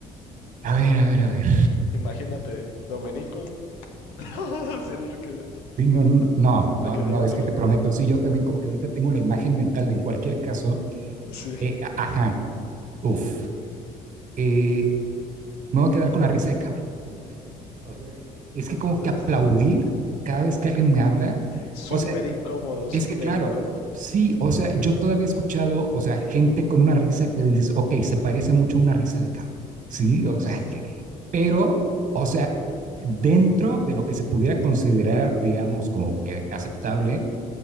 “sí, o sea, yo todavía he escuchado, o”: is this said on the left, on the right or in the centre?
Right